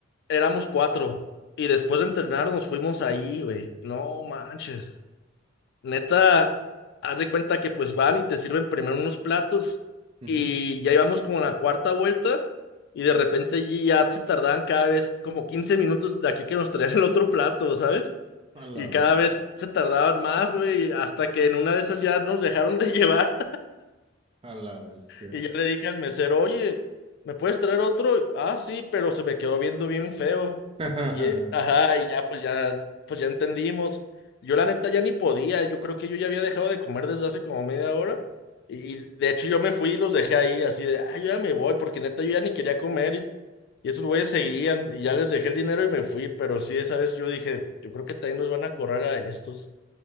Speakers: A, on the left; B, on the right.
A: éramos cuatro. Y después de entrenar nos fuimos ahí, güey. No manches. Neta, haz de cuenta que pues van y te sirven primero unos platos.
B: Ujú.
A: Y ya íbamos como a la cuarta vuelta. Y de repente allí ya se tardaban cada vez como 15 minutos de aquí que nos traían el otro plato, ¿sabes?
B: A la
A: Y cada
B: vez,
A: vez se tardaban más, güey. Hasta que en una de esas ya nos dejaron de <laughs> llevar.
B: a la vez,
A: Y ya le dije al mesero, oye, ¿me puedes traer otro? Ah, sí, pero se me quedó viendo bien feo.
B: <laughs> sí. Ajá.
A: Y, eh, ajá, y ya pues ya, pues ya entendimos. Yo la neta ya ni podía, yo creo que yo ya había dejado de comer desde hace como media hora. Y de hecho yo me fui y los dejé ahí así de, ah, ya me voy, porque neta yo ya ni quería comer. Y, y esos güeyes seguían y ya les dejé el dinero y me fui. Pero sí, esa vez yo dije, yo creo que también nos van a correr a estos.